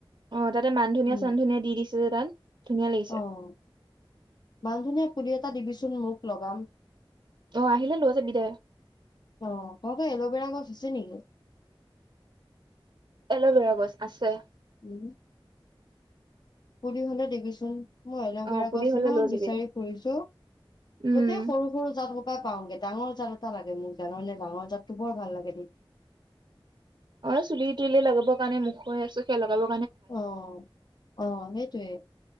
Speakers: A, on the right; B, on the left.
A: অ', তাতে মানধনিয়া-চানধনিয়া
B: উম
A: দি দিছে যে তাত। ধুনীয়া লাগিছে
B: অ', মান-ধনীয়া পুলি এটা দিবিচোন। চোন মোক লগাম।
A: অ আহিলে লৈ যাবি দে
B: অ', <unintelligible> এল'বেৰা গছ আছে নেকি?
A: এল'ভেৰা গছ আছে।
B: উম। পুলি হ'লে দিবিচোন। মই এলবেৰা
A: অ পুলি
B: গছ
A: হ'লে
B: ইমান
A: লৈ যাবি
B: বিচাৰি
A: দে
B: ফুৰিছো,
A: উম
B: গোটেই সৰু সৰু জাত সোপাই পাওগে। ডাঙৰ জাত <unintelligible> লাগে মোক জাননে? ডাঙৰ জাতটো বৰ ভাল লাগে দে
A: অ', এ চুলি তুলিয়ে লগাবৰ কাৰণে, মুখে-চুখে লগাব
B: অ', অ', সেইটোৱেই।